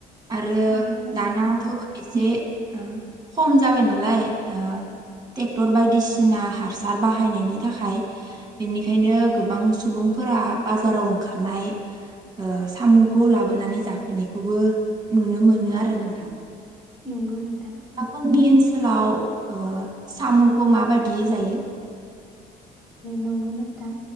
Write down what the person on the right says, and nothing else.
आरो
दानााथ एसे ओ खम जाबाय नालाय नालाय ओ टेक्टर बायदिसिना हासार बाहायनायनि थाखाय बेनिखायनो गोबां सुबुंफोरा बाजाराव ओंखारनाय सामुखौ लाबोनानै जाफैनायखौबो नुनो मोनो आरो नोंथां।
नोंथांमोननि ओनसो ओनसोलाव ओ सामुखौ माबायदि जायो?